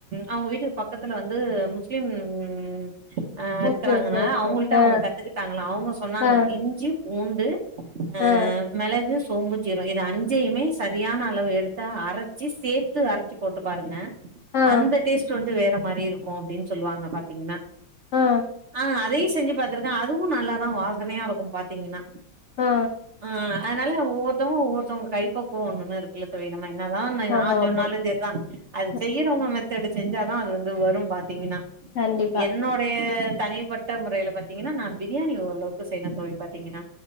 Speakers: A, on the right; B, on the left.
A: அவங்க வீட்டுக்கு பக்கத்துல வந்து முஸ்லீம் ம் ம் அ
B: ஓகே
A: க்கறாங்கனால
B: ஓகே ஓகே
A: அவங்கள்ட்ட
B: ஆ
A: அவங்க கத்துக்கிட்டாங்களா அவுங்க சொன்னாங்க
B: ஆ
A: இஞ்சி பூண்டு அ
B: ஆ
A: மெளகு சோம்பு ஜீரோ இது அஞ்சயுமே சரியான அளவு எடுத்து அரைச்சு சேத்து அர ச்சி போட்டு பாருங்க
B: ஆ
A: அந்த டேஸ்ட் வந்து வேற மாரி இருக்கும் அப்டின் சொல்வாங்க பாத்தீங்கன்னா
B: ஆ
A: ஆ அதயு செஞ்சு பாத்திருக்கேன் அதுவும் நல்லா ஆன வாசனையா இருக்கும் பாத்தீங்கன்னா
B: ஆ
A: ஆ ஆ அதனால ஒவ்வொத்தவங்க ஒவ்வொத்தவங்க கைப்பக்கும் ஒன்னு ஒன்னு இருக்கு இல்ல தோழி நம்ம என்னதான்
B: ஆமா
A: நான் சொன்னாலும்
B: ஆமா
A: செறிதான் அது
B: ம்.
A: செய்யறவங்க மெத்தடு செஞ்சாதான் அது வந்து வரும் பாத்தீங்கன்னா
B: கண்டிப்பா
A: என்னோடடைய தனிப்பட்ட முறையில பாத்தீங்கன்னா நா பிரியாணி ஓரளவுக்கு செய்வேன் தோழி பாத்தீங்கன்னா